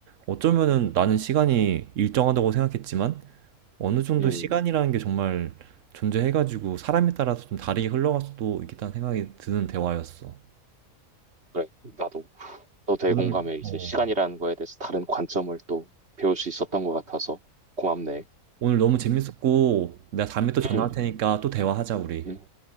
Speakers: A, on the right; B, on the right.
A: 어쩌면은
B: 음,
A: 나는 시간이 일정하다고 생각했지만 어느 정도
B: 음.
A: 시간이라는 게 정말 존재해가지고 사람에 따라서 좀 다르게 흘러갈 수도 있겠다는 생각이 드는 대화였어.
B: 그래, 나도. 또 대공감에
A: 오늘,
B: 이제
A: 어,
B: 시간이라는 거에 대해서 다른 관점을 또 배울 수 있었던 것 같아서 고맙네.
A: 오늘 너무 재밌었고 내가 다음에 또 전화할
B: 음.
A: 테니까 또 대화하자 우리.
B: 음,